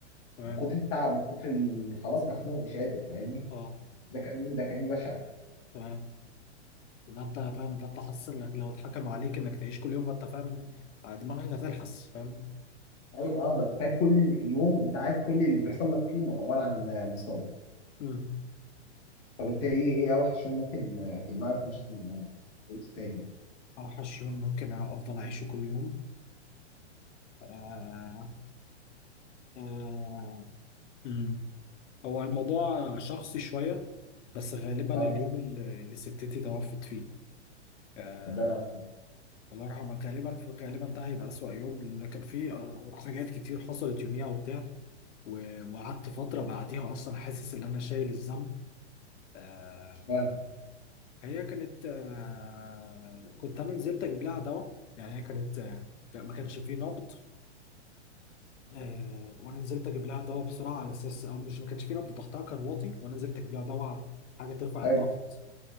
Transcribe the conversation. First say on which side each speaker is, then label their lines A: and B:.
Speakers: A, on the left; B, on the left.
A: تمام
B: من كتر التعب ومن كتر ال- خلاص مخنوق مش قادر فاهمني
A: اه
B: ده كان يوم ده كان يوم بشع
A: تمام ده انت فاهم ده انت حاسس انك لو اتحكم عليك انك تعيش كل يوم فانت فاهم دماغك هتلحس فاهم
B: ايوه اه بس فات كل يوم انت عارف كل اللي بيحصل لك فيه عباره عن آه، مصايب
A: مم.
B: طب انت ايه ايه اوحش يوم ممكن آه، في دماغك مش آه، كويس تاني
A: اوحش يوم ممكن افضل اعيشه كل يوم آه آه مم. هو الموضوع شخصي شويه بس غالبا
B: اه
A: اليوم اللي اللي ستتي توفت فيه آه
B: مدرع
A: الله يرحمها غالبا غالبا ده هيبقى اسوأ يوم لان كان فيه آه، حاجات كتير حصلت يوميها وبتاع و- وقعدت فتره بعديها اصلا حاسس ان انا شايل الذنب آه
B: اشمعنى
A: هي كانت آه، كنت انا نزلت اجيب لها دواء يعني هي كانت آه، كان- ما كانش فيه نبض آه، وانا نزلت اجيب لها دواء بسرعه على اساس او مش ما كانش فيه نبض ضغطها كان واطي وانا نزلت اجيب لها دواء حاجه ترفع
B: حلو
A: الضغط